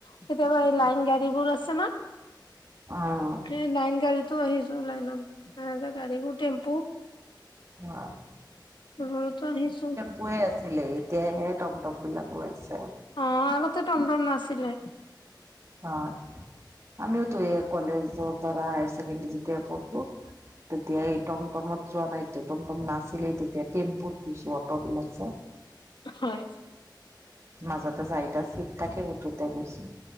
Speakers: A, on the left (about 75°); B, on the right (about 35°).
A: কেতিয়াবা এই লাইন গাড়ীবোৰ আছে না
B: অঁ
A: এই লাইন গাড়ীতো আহিছো লাইনত। আহোঁতে গাড়ীবোৰ টম্পু
B: হয়
A: ঘূৰোতে আহিছো।
B: গৈ আছিলে। এতিয়াহে টমটম বিলাক ওলাইছে।
A: অ আগতে টমটম নাছিলে।
B: হয়। আমিওতো এই কলেজ পৰা হায়াৰ চেকেণ্ড যতিয়া পঢ়ো- তেতিয়া এই টমটমত যোৱা নাইতো টমটম নাছিলেই তেতিয়া টেম্পুত গৈছো অটবলাক যে।
A: হয়।
B: মাজতে চাৰিটা চিট থাকে সেইটোতে গৈছো।